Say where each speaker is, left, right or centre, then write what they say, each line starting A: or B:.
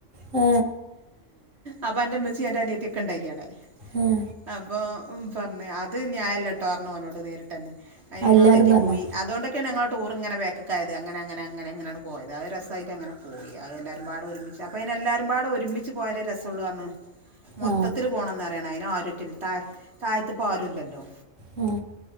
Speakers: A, on the right (about 75°); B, on the right (about 55°).
A: ഏ
B: അപ്പ അന്റെ മ്മച്ചി അന്റെ അനിയത്തി ഒക്ക ഇണ്ടായിനിവ്ടെ
A: ഉം
B: അപ്പൊ പർഞ് അത് ന്യായല്ലട്ടോ അർഞ്ഞോനോട് നേരിട്ടന്നെ അയില് പിന്നെ
A: എല്ലാരും
B: ഓൻ തെറ്റി
A: പറഞ്ഞോ
B: പോയി <unintelligible> അതോണ്ടെക്കെണ് ഞങ്ങളെ ടൂർ ഇങ്ങന ബെക്ക്‌ക്കായത് അങ്ങനെ അങ്ങന അങ്ങനെ ങ്ങനെണ്ട് പോയത് രസായിട്ട്ങ്ങനെ പോയി അ പാടെ ഒരുമിച് അപ്പ അയ് ന് എല്ലാരുംപാടെ ഒരുമിച്ച് പോയാലേ രസള്ളോർഞ് മൊത്തത്തില്
A: ആ
B: പോണംന്നറിയണം അയിന് ആരുറ്റ ത തായ്ത്തിപ്പോ ആരുല്ലല്ലോ
A: ഏ